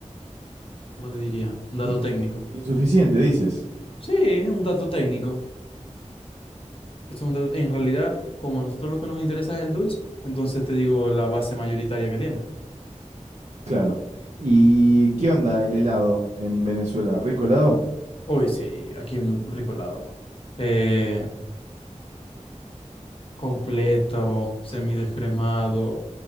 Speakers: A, on the left; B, on the right.
A: ¿cómo te diría? Un dato
B: Insufic-
A: técnico.
B: Insuficiente, dices.
A: Sí, un dato técnico. Esto es un dato- en realidad, como a nosotros lo que nos interesa es el dulce, entonces te digo la base mayoritaria que tiene.
B: Claro. ¿Y qué onda el helado en Venezuela? ¿Rico helado?
A: Hoy sí, aquí un rico helado. Eh, completo, semidescremado,